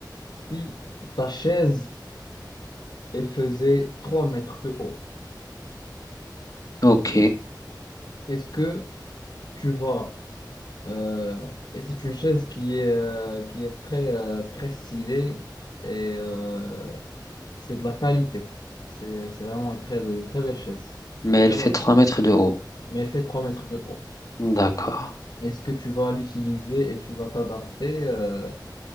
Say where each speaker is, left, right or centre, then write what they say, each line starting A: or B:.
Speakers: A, on the left (about 65°); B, on the left (about 50°).
A: si ta chaise et faisait 3 mètres de haut.
B: ok.
A: Est-ce que tu vas... euh, et c'est une chaise qui est, euh, qui est très, euh, très stylée et euh, c'est de la qualité. C'est, c'est vraiment une très, une très belle chaise.
B: Mais elle
A: Très
B: fait
A: bonne chaise.
B: trois mètres de haut.
A: Mais elle fait 3 mètres de haut.
B: D'accord.
A: Est-ce que tu vas l'utiliser et tu vas t'adapter euh,